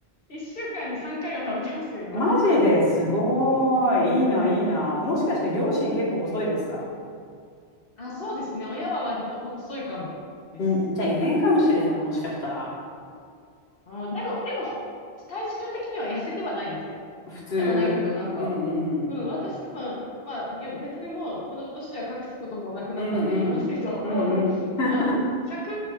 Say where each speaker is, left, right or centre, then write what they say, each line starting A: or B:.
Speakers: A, on the left; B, on the left.
A: 一週間に3回は食べてますよ、今。
B: マジですごい。いいな、いいな。もしかして両親結構細いですか
A: あ、そうですね。親は割と細いかもです。
B: うん、じゃあ遺伝かもしれない、もしかしたら。
A: あ、でも、でも、体重的には痩せてはないですよ。
B: 普通うん
A: でもないけど、なんか、
B: うん。
A: うん、私多分、まあ、ゆ別にもうこの年は隠すこともなくなったんで言いますけど、
B: うんうん。うんうん。
A: <laughs>
B: <laughs>
A: あの、100、